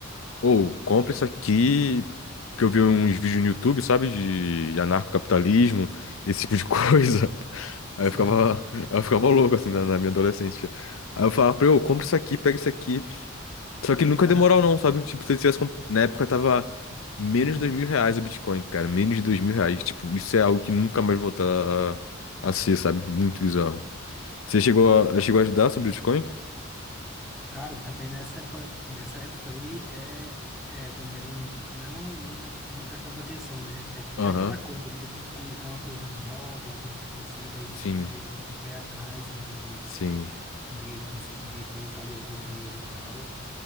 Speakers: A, on the left; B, in the centre.
A: ou compra isso aqui, que eu vi uns vídeos no YouTube, sabe? De anarcocapitalismo, esse tipo de coisa. <laughs> Aí
B: sim.
A: eu ficava, eu ficava louco, assim, na, na minha adolescência. Aí eu falava pra ele, ô, compra isso aqui, pega isso aqui. Só que ele
B: <laughs>
A: nunca deu moral
B: Ah,
A: não, sabe? Tipo, se ele tivesse... comp- Na época tava menos
B: sim,
A: de dois mil reais o Bitcoin, cara. Menos de dois mil reais. Tipo, isso é algo que nunca mais voltar a, a ser, sabe? Muito bizarro. Você
B: sim.
A: chegou a, chegou a estudar sobre Bitcoin?
B: Cara, também nessa época, nessa época aí, é, é, eu também não não, pres- não prestava atenção, né? É, aqu-
A: Aham.
B: é aquela coisa, né? Tipo, como é uma coisa nova, uma coisa desconhecida, a gente
A: Sim,
B: fica meio com o pé atrás, né? De,
A: sim.
B: de, consi- de colocar ali algum dinheiro e tal.